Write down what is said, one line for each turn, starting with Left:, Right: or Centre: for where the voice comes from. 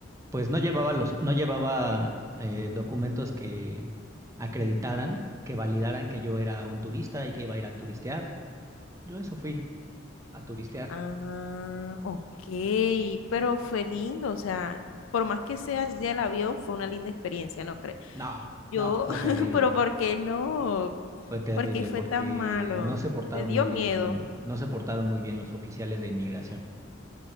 Right: Pues no llevaba los, no llevaba eh, documentos que acreditaran, que validaran que yo era un turista y que iba a ir a turistear. Yo eso fui a turistear.
Left: Ah, ok, pero fue lindo, o sea, por más que sea así el avión, fue una linda experiencia, ¿no cree?
Right: No,
Left: Yo,
Right: no, fue
Left: <laughs>
Right: terrible.
Left: pero ¿por qué no?
Right: Fue terrible
Left: ¿Por qué fue
Right: porque
Left: tan malo?
Right: no se portaron
Left: ¿Le dio
Right: muy
Left: miedo?
Right: bien en, no se portaron muy bien los oficiales de inmigración.